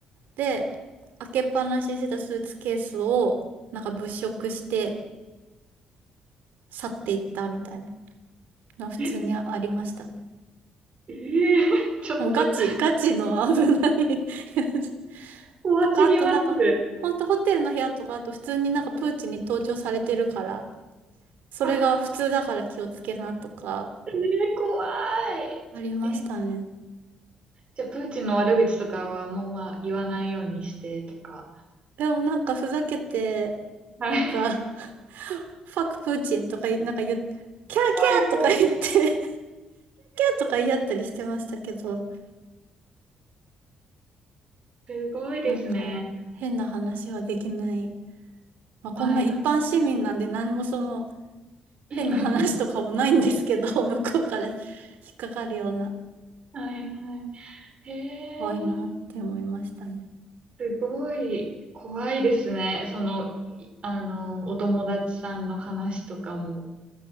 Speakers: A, on the right (about 80°); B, on the right (about 40°).
A: で、開けっぱなしにしてたスーツケースを、なんか物色して去っていったみたいな。の普通にありましたね。
B: ええーちょっと
A: もうガチ、ガチの危ないやつ
B: 怖すぎます。
A: とか、あとなんか、ほんとホテルの部屋とか、あと普通になんかプーチンに盗聴されてるから、それが普通だから気をつけなとか、
B: あー、えー怖い。
A: ありましたね。
B: えーじゃあ、プーチンの悪口とかはあんままあ言わないようにしてとか。
A: でもなんかふざけて、
B: はい。
A: なんか <laughs> ファクプーチンとか言う、なんか言う、キャーキャーとか言ってキャーキャ
B: 怖い子。
A: ーとか言い合ったりしてましたけど、
B: すごいですね。
A: なんか変な話はできない。まあ、こんな一般市民なんで何もその、
B: はいはい。<laughs>
A: 変な話とかもないんですけど、<laughs> 向こうから引っかかるような、
B: はいはい。へえ、
A: 怖いなって思いましたね。
B: すごい怖いですね。その、いあの、お友達さんの話とかも、